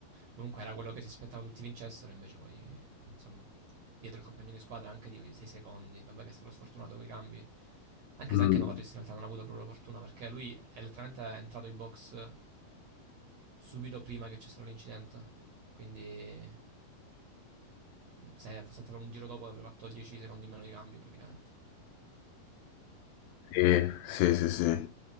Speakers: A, on the right; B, on the left.
A: comunque era quello che si aspettava tutti vincessero, invece poi insomma dietro il compagno di squadra anche di 6 secondi, vabbè che è stato sfortunato con i cambi, anche
B: Mm.
A: se anche Norris in realtà non ha avuto proprio fortuna perché lui è letteralmente entrato in box subito prima che c'è stato l'incidente. Quindi mm, se fosse entrato un giro dopo avrebbe fatto 10 secondi meno di cambio praticamente.
B: Sì, sì, sì, sì.